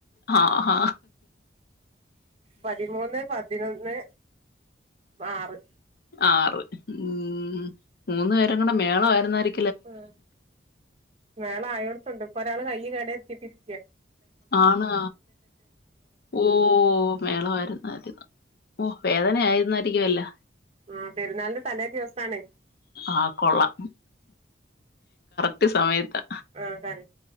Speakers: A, on the left; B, on the right.
A: ആഹ് ഹ
B: പതിമൂന്ന്, പതിനൊന്ന് ആറ്
A: ആറ് ഉം മൂന്ന് പേരും കൂടെ മേളം ആയിരുന്നാരി
B: ആ മേള ആയൊടത്തൊണ്ട് ഇപ്പൊ ഒരാള് കയ്യില് എടുത്തിട്ട് <unintelligible>
A: ആണാ ഓ മേളം ആയിര്ന്ന് ആര്ന്നു ഓ വേദനയായിരുന്നാ <unintelligible>
B: ആ പെരുന്നാളിന്റെ തലേ ദിവസാണ്
A: ആ കൊള്ളാം റ്റ് സമയത്താ
B: ആ കര